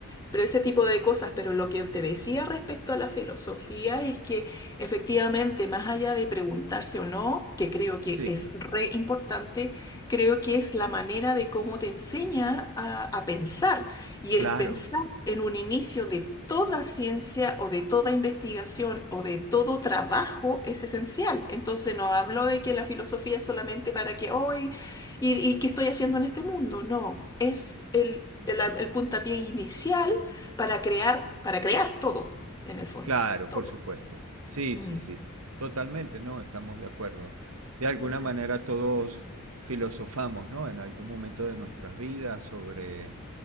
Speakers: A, on the left; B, on the right.
A: pero ese tipo de cosas. Pero lo que te decía respecto a la filosofía es que efectivamente, más allá de preguntarse o no, que creo
B: Sí,
A: que es re importante, creo que es la manera de cómo te enseña a, a pensar. Y
B: claro,
A: el pensar en un inicio de toda ciencia o de toda investigación o de todo trabajo es esencial. Entonces no hablo de que la filosofía es solamente para que hoy y, y qué estoy haciendo en este mundo. No, es el, el el puntapié inicial para crear, para crear todo, en el fondo,
B: claro,
A: todo.
B: por supuesto. Sí,
A: Mm,
B: sí, sí. Totalmente, ¿no? Estamos de acuerdo. De alguna
A: eh,
B: manera todos filosofamos, ¿no? En algún momento de nuestras vidas sobre...